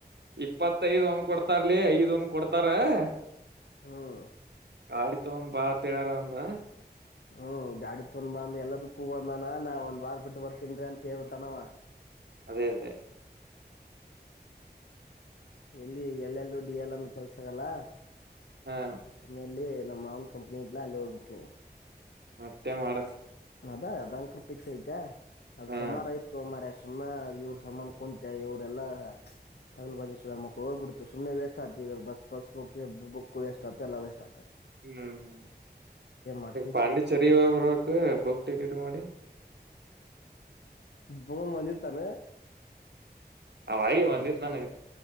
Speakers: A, on the right (about 80°); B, on the left (about 80°).
A: ಇಪ್ಪತ್ತೈದ ಒನ್ ಕೊಡ್ತಾರ್ಲಿ ಐದ್ ಒಂದ ಕೊಡ್ತ. - ಹತಾರ <inaudible>
B: ಹಾ, <inaudible>
A: ಆಡಿತ ಒಂದ ಬಾತಹೇಳಾರಂದ.
B: ಹ್ಮ್, ಗಾಡಿ ತೊಂದ ಬಂದ್ ಎಲ್ಲದಕ್ಕೂ ಬಂದನ. ನಾ ಒಂದ್ ವಾರ ಬಿಟ್ಟು ಬರ್ತನ್ರಿ ಅಂತ ಹೇಳ್ಬಿಟ್ಟನವ. -
A: ಅದೇ -ಅದೇ,
B: ಎಲ್ಲಿ ಎಲ್ಲೆಲ್ಲರೂ ಡಿ ಎಲ್ ಅನ್ ಕೆಲ್ಸಕ್ಕಲ್ಲ <unintelligible>
A: ಹಾ
B: ಸುಮ್ಮಲ್ಲಿ <inaudible> ನಮ್ಮ ಮಾವನ್ ಕಂಪ್ನಿಲ್ಲ ಲೋಬಟಿವಿ. -
A: ಮತ್ತೆ ಮಾಡಸ <unintelligible>
B: ಅದಾ ಅದಂ ಕ್ರ ಿಕ್ಸ್ ಐತೆ <unintelligible> ಅದು
A: ಹಾ
B: ಸೋಮಾವರ ಇತ್ತು ಮರಾಯ- ಸುಮ್ಮನೆ ಇವ್ರ ಸಮ್ಮಾನನ್ ಕುಂತ ಇವರೆಲ್ಲ ತಗಲು ಬಾಜಿ ಸುಳ ಮಕ್ಳು ಹೋಗ್ಬಿಡ್ತು. ಸುಮ್ಮನೆ ವೇಸ್ಟ್ ಆಗ್ತತಿ ಈ bus bus book book waste ಆಗ್ತ ಎಲ್ಲ ವೇಸ್ಟ್ ಆಗ್ತದೆ. -
A: ಹ್ಮ್,
B: ಮಾಡ್ತಿ
A: ಪಾಂಡಿಚೆರಿ- ಲಗಭಗ ಟಿಕೆಟ್ ಮಾಡಿ <unintelligible>
B: ಫೋನ್ ಬಂದಿ ತಾನ. -
A: ಅವ ಹಾಗೆ ಬಂದಿ, - ನನಗೆ <unintelligible>